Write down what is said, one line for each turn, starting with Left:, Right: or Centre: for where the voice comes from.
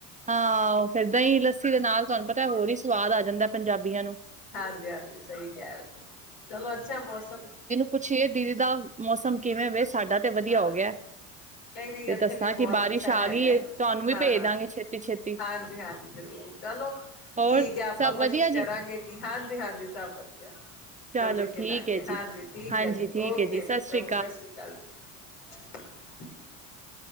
Right: ਹਾਂ, ਫਿਰ ਦਹੀ- ਲੱਸੀ ਦੇ ਨਾਲ ਤੁਹਾਨੂੰ ਪਤਾ ਹੋਰ ਵੀ ਸਵਾਦ ਆ ਜਾਦਾ ਪੰਜਾਬੀਆਂ ਨੂੰ-
Left: ਹਾਂਜੀ- ਹਾਂਜੀ ਸਹੀ, ਕਹਿ ਰਹੇ ਚਲੋ ਅੱਛਾ ਮੌਸਮ,
Right: ਪੁੱਛ ਏ ਦੀਦੀ ਦਾ- ਮੌਸਮ ਕਿਵੇਂ, ਸਾਡਾ ਤੇ ਵਧੀਆ
Left: ਹਾਂ।
Right: ਹੋ ਗਿਆਂ।
Left: ਨਹੀਂ ਨਹੀਂ
Right: ਤੇ
Left: ਇੱਥੇ
Right: ਦੱਸਾਂ
Left: ਵੀ
Right: ਕਿ
Left: ਬਹੁਤ
Right: ਬਾਰਿਸ਼,
Left: ਅੱਛਾ ਹੈਗਾ,
Right: ਆ ਗਈ ਏ ਤੁਹਾਨੂੰ ਵੀ
Left: ਹਾਂ-
Right: ਭੇਜ
Left: ਹਾਂ
Right: ਦਾਂਗੇ ਛੇਤੀ ਛੇਤੀ
Left: ਹਾਂਜੀ -ਹਾਂਜੀ ਜਰੂਰ ਚਲੋ-
Right: ਹੋਰ
Left: ਠੀਕ ਹੈ, ਆਪਾਂ
Right: ਸਭ
Left: ਕੋਸ਼ਿਸ਼
Right: ਵਧੀਆ
Left: ਕਰਾਂਗੇ,
Right: ਜੀ
Left: ਕਿ ਹਾਂਜੀ -ਹਾਂਜੀ ਸਭ ਵਧੀਆ।
Right: ਚਲੋ
Left: ਜਲਦੀ ਮਿਲਾਗੇ,
Right: ਠੀਕ ਹੈ
Left: ਹਾਂਜੀ
Right: ਜੀ
Left: ਠੀਕ
Right: ਹਾਂਜੀ
Left: ਹੈ, ਜੀ
Right: ਠੀਕ
Left: ਓਕੇ
Right: ਹੈ
Left: ਜੀ
Right: ਸ੍ਰੀ
Left: ਸਤਿ ਸ਼੍ਰੀ ਅਕਾਲ ਜੀ। <unintelligible> <unintelligible>